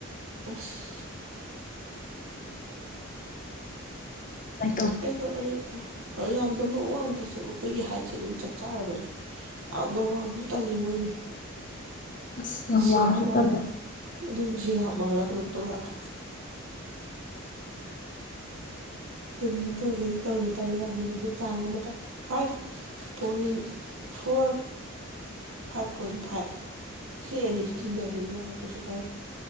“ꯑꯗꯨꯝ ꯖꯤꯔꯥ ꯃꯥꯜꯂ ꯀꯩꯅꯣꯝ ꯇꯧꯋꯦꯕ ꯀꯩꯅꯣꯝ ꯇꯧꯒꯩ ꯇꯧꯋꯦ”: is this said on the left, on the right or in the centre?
Right